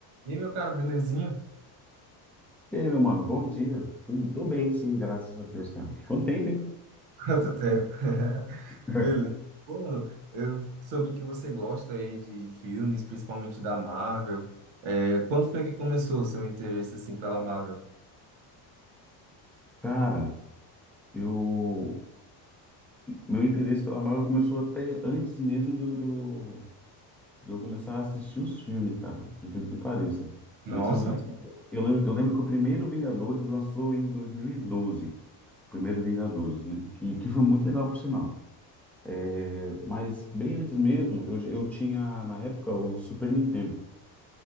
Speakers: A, on the right; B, in the centre.
A: E aí, meu caro, belezinha?
B: E aí, meu mano, bom dia. Tudo- Tô bem, sim, graças a Deus, cara. Quanto tempo, hein?
A: <laughs> Quanto tempo? <laughs>
B: <laughs>
A: Beleza. Bruno, eu soube que você gosta aí de filmes, principalmente da Marvel. É, quando foi que começou o seu interesse assim pela Marvel?
B: Cara, eu... meu interesse pela Marvel começou até antes mesmo do, do... de eu começar a assistir os filmes, cara, por incrível que pareça.
A: Nossa,
B: Antes mesmo... eu lembro, eu lembro que o primeiro Vingadores lançou em 2012, o primeiro Vingadores, né? Que, que foi muito legal, por sinal. É, Mas bem antes mesmo, eu, eu tinha na época o Super Nintendo,